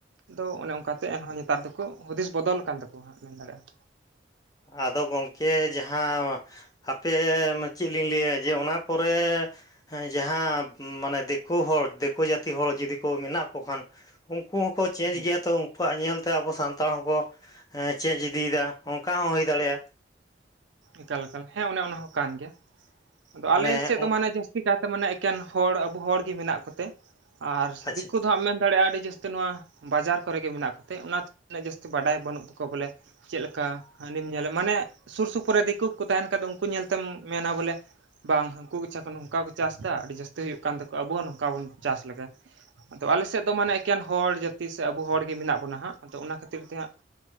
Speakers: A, on the right; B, on the left.
A: ᱛᱚ ᱚᱱᱮ ᱚᱱᱠᱟ ᱛᱮ ᱮᱱᱦᱚᱸ ᱱᱮᱛᱟᱨ ᱫᱚᱠᱚ ᱦᱩᱫᱤᱥ ᱵᱚᱫᱚᱞ ᱟᱠᱟᱱ ᱛᱟᱠᱚᱣᱟ ᱦᱟᱸᱜ ᱢᱮᱱ ᱫᱟᱲᱮᱭᱟᱜᱼᱟ
B: ᱟᱫᱚ ᱜᱚᱝᱠᱮ ᱡᱟᱦᱟᱸ ᱟᱯᱮ ᱪᱮᱫ ᱞᱤᱧ ᱞᱟᱹᱭᱟ ᱡᱮ ᱚᱱᱟ ᱠᱚᱨᱮ ᱦᱮᱸ ᱡᱟᱦᱟᱸ ᱢᱟᱱᱮ ᱫᱤᱠᱩ ᱦᱚᱲ ᱫᱤᱠᱩ ᱡᱟᱹᱛᱤ ᱦᱚᱲ ᱡᱩᱫᱤ ᱠᱚ ᱢᱮᱱᱟᱜ ᱠᱚ ᱠᱷᱟᱱ ᱩᱱᱠᱩ ᱦᱚᱸᱠᱚ ᱪᱮᱱᱡᱽ
A: ᱦᱩᱸ
B: ᱜᱮᱭᱟ ᱛᱚ ᱩᱱᱠᱩᱣᱟᱜ ᱧᱮᱞ ᱛᱮ ᱟᱵᱚ ᱥᱟᱱᱛᱟᱲ ᱦᱚᱸᱠᱚ ᱪᱮᱱᱡᱽ ᱤᱫᱤᱭᱮᱫᱟ ᱚᱱᱠᱟ ᱦᱚᱸ ᱦᱩᱭ ᱫᱟᱲᱮᱭᱟᱜᱼᱟ
A: ᱮᱠᱟᱞ ᱮᱠᱟᱞ ᱦᱮᱸ ᱚᱱᱮ ᱚᱱᱟ ᱦᱚᱸ ᱠᱟᱱ ᱜᱮᱭᱟ ᱟᱫᱚ
B: ᱢᱟᱱᱮ
A: ᱟᱞᱮ ᱥᱮᱫ ᱫᱚ
B: ᱩᱸ
A: ᱢᱟᱱᱮ ᱡᱟᱹᱥᱛᱤ ᱠᱟᱭᱛᱮ ᱢᱟᱱᱮ ᱮᱠᱷᱮᱱ ᱦᱚᱲ ᱟᱵᱚ ᱦᱚᱲ ᱜᱮ ᱢᱮᱱᱟᱜ ᱠᱚᱛᱮ ᱟᱨ
B: ᱟᱪᱪᱷᱟ
A: ᱫᱤᱠᱩ ᱫᱚ ᱦᱟᱸᱜ ᱢᱮᱱ ᱫᱟᱲᱮᱭᱟᱜᱼᱟ ᱟᱹᱰᱤ ᱡᱟᱹᱥᱛᱤ <unintelligible> ᱱᱚᱣᱟ ᱵᱟᱡᱟᱨ ᱠᱚᱨᱮ ᱜᱮ ᱢᱮᱱᱟᱜ ᱠᱚᱛᱮ ᱚᱱᱟ ᱛᱮ ᱩᱱᱟᱹᱜ ᱡᱟᱹᱥᱛᱤ ᱵᱟᱰᱟᱭ ᱵᱟᱹᱱᱩᱜ ᱛᱟᱠᱚᱣᱟ ᱵᱚᱞᱮ ᱪᱮᱫ ᱞᱮᱠᱟ ᱦᱟᱹᱱᱤᱢ ᱧᱮᱞᱟ ᱢᱟᱱᱮ ᱥᱩᱨ ᱥᱩᱯᱩᱨ ᱨᱮ ᱫᱤᱠᱩ ᱠᱚᱠᱚ ᱛᱟᱦᱮᱱ ᱠᱷᱟᱱ ᱩᱱᱠᱩ ᱧᱮᱞ ᱛᱮᱢ ᱢᱮᱱᱟ ᱵᱚᱞᱮ ᱵᱟᱝ ᱦᱟᱹᱱᱠᱩ ᱠᱚ ᱟᱪᱪᱷᱟ ᱠᱚ ᱱᱚᱝᱠᱟ ᱠᱚ ᱪᱟᱥ ᱮᱫᱟ ᱟᱹᱰᱤ ᱡᱟᱹᱥᱛᱤ ᱦᱩᱭᱩᱜ ᱠᱟᱱ ᱛᱟᱠᱚᱣᱟ ᱟᱵᱚ ᱦᱚᱸ ᱱᱚᱝᱠᱟ ᱵᱚᱱ ᱪᱟᱥ ᱞᱮᱜᱮ ᱟᱫᱚ ᱟᱞᱮ ᱥᱮᱫ ᱫᱚ ᱢᱟᱱᱮ ᱮᱠᱮᱱ ᱦᱚᱲ ᱡᱟᱹᱛᱤ ᱥᱮ ᱟᱵᱚ ᱦᱚᱲ ᱜᱮ ᱢᱮᱱᱟᱜ ᱵᱚᱱᱟ ᱦᱟᱸᱜ ᱟᱫᱚ ᱚᱱᱟ ᱠᱷᱟᱹᱛᱤᱨ ᱛᱮ ᱦᱟᱸᱜ